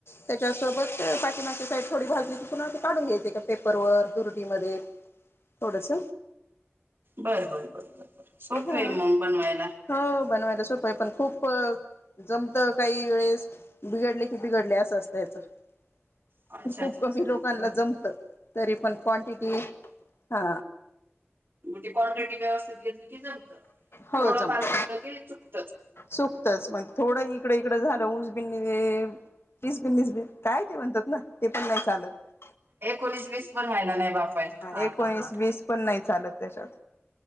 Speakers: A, on the left; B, on the right.
A: त्याच्यासोबत पाकमाची साईड थोडी भाजली तर पुन्हा ते काढून घ्यायचे का पेपर वर दुरडीमध्ये थोडस
B: बर बर बर बर सोपे
A: हा
B: मग बनवायला
A: हो बनवायला सोपं पण खूप जमत काही वेळेस बिघडले की बिघडले असं असतं याच
B: अच्छा
A: खूप
B: अच्छा
A: कमी
B: अच्छा
A: लोकांना
B: बर
A: जमत
B: बर
A: तरी पण क्वांटिटी हा
B: गे क्वाांटट वस्थित घ ज ह
A: हो
B: <inaudible> थोड
A: जमत
B: फार चक ला के च
A: सुकतच मग थोडं इकडे इड झालं ऊस बििसबिनस काय ते म्हणतात ना ते पण नाही चालत
B: एकोणीस वीस पण व्हायला नाही बापर हा
A: एकोणीस
B: हा हा
A: वीस पण नाही चालत त्याच्यात